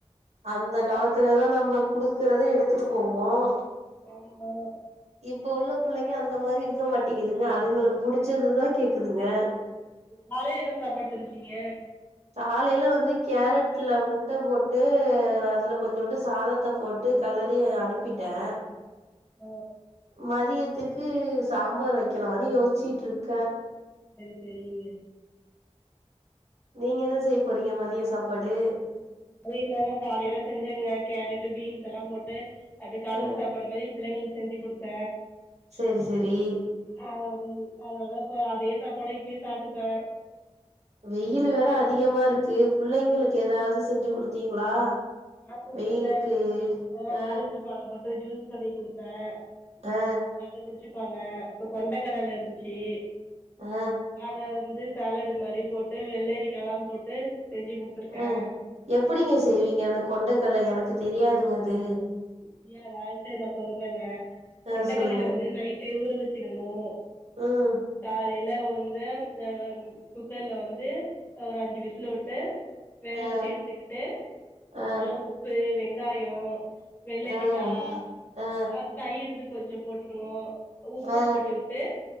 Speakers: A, on the right; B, on the left.
A: அந்த காலத்துல
B: ஆ
A: எல்லாம் நம்ப குடுக்குறத எடுத் கத்துட்டு போவோம்
B: ஆமா
A: இப்ப உள்ள புள்ளங்க அந்த மாரி இருக்க மாட்டேங்குதுங்க அதுங்களுக்கு புடிச்சதுதா கேக்குதுங்க
B: காலைல என்ன சாப்பாடு செஞ்சீங்க
A: காலையில வந்து கேரட்ல முட்ட போட்டு அதுல கொஞ்ஜோன்டு சாதத்த போட்டு கலரி அனுப்பிட்டே
B: உஹ்
A: மதியத்துக்கு சாம்பார் வக்கலான்னு யோசிச்சுட்டு இருக்க
B: செரி செரிங்க
A: நீங்க என்ன செய்ய போறீங்க மதிய சாப்ப படு
B: அது இருந்தாங்க காலயெல்லாம் செஞ்சங்க கேரட் பீன்ஸ் எல்லாம் போட்டு அது கலந்து
A: ஆ
B: சாப்படு மாதிரி புள்ளங்களுக் செஞ்சி குடுத்த
A: சேரி சேரி
B: ஆஹ அது அதெலாம் இப்ப அதே சாப்பாட இப்பயும் சாப்பிட்டுப்பேன்
A: வெயில் வேற அதிகமா இருக்கு புள்ளங்களுக்கு ஏதாது ச செஞ்சு குடுத்தீங்களா
B: ஆ குடுத்தேங்க
A: வெயிலுக்கு
B: ஆஹ
A: ஆ
B: ஆரஞ்சு பழம் மட்டும் ஜூஸ் பண்ணி குடுத்தேன்
A: ஆ
B: அத குடிச்சு இருப்பாங்க இப்ப கொண்ட கடல இருந்துச்சு
A: ஆ
B: அத வந்து சேலடு மாரி போட்டு வெள்ளரிக்க எல்லாம் போட்டு செஞ்சு குடுத்துருக்கே
A: அஹ எப்டிங்க செய்வீங்க அந்த கொண்டைக இருக்கல்ல எனக்கு தெரியாதுங்க அது
B: தெரியாதா சேரி நா நான் சொல்றேங்க
A: ஆ
B: கொண்டக்கடையில
A: சொல்லுங்க
B: வந்து நைட்டு ஊற வச்சுக்கணும்
A: ம்
B: காலை நல்ல வந்து அஹ் குக்கர்ல வந்து ஒரு அஞ்சு விசில் விட்டு வேக
A: ஆ
B: வச்சு எடுத்துக்கிட்டு
A: ஆ
B: அதல்ல உப்பு வெங்காயம் வெள்ளரிக்கா
A: ஆ ஆ
B: அஹ் தயிர் இது கொஞ்சம் போட்டுக்கணும் உப்பு
A: ஆ
B: போட்டுக்கிட்டு